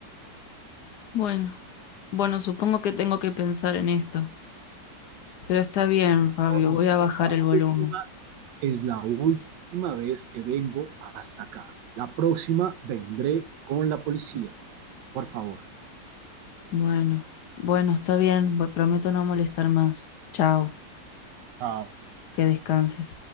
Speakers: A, on the left; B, on the right.
A: Bueno, bueno, supongo que tengo que pensar en esto, pero está bien, Fabio,
B: Dorian,
A: voy a bajar
B: es la
A: el volumen.
B: última, es la última vez que vengo hasta acá. La próxima vendré con la policía, por favor.
A: Bueno, bueno, está bien, bu- prometo no molestar más. Chao,
B: ah.
A: que descanses.